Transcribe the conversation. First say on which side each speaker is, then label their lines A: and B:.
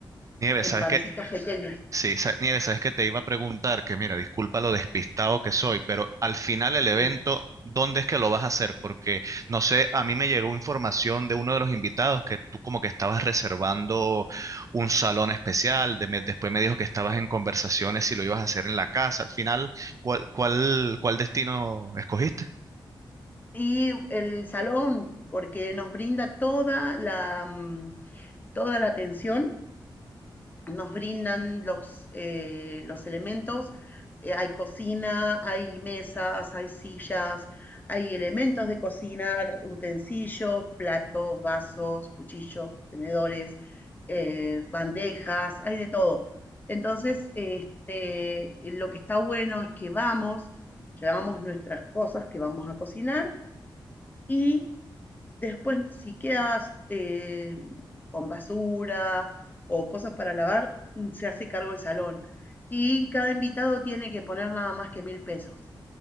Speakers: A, on the right (about 40°); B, on the left (about 20°).
A: Nieves,
B: en
A: ¿sabes
B: pancitos
A: qué?
B: pequeños.
A: Sí, sa- Nieves, sabes que te iba a preguntar que, mira, disculpa lo despistado que soy, pero al final el evento,
B: Sí.
A: ¿dónde es que lo vas a hacer? Porque, no sé, a mí me llegó información de uno de los invitados que tú como que estabas reservando un salón especial, de- me- después me dijo que estabas en conversaciones si lo ibas a hacer en la casa. Al final, ¿cuál, cuál, cuál destino escogiste?
B: Y el salón, porque nos brinda toda la, mm, toda la atención, nos brindan los, eh, los elementos, eh, hay cocina, hay mesas, hay sillas, hay elementos de cocinar, utensilios, platos, vasos, cuchillos, tenedores, eh, bandejas, hay de todo. Entonces, este, lo que está bueno es que vamos, llevamos nuestras cosas que vamos a cocinar y Después, si quedas eh, con basura o cosas para lavar, mm, se hace cargo el salón. Y cada invitado tiene que poner nada más que mil pesos.